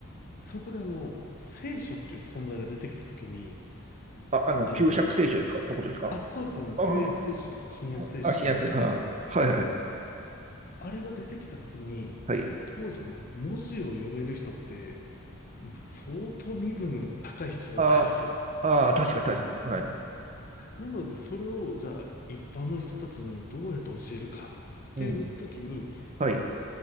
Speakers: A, on the left; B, on the right.
A: そこであの、聖書っていう存在が出てきた時に、
B: あ、あの、
A: あの、
B: 旧釈聖書ですかのことですか
A: あ、そうですね、あの、
B: あ
A: 旧約聖書とか新約聖書とかの時代なんですけど、
B: あ、あ、新約聖書。ああ、はいはい。
A: あれが出てきた時に、
B: はい。
A: 当時あの、文字を読める人って、もう相当身分の高い人だったんですよ。
B: ああ、あー確か確かに。はい。
A: なので、それを、じゃあ、一般の人たちにどうやって教えるかっていう時に、
B: うん。はい。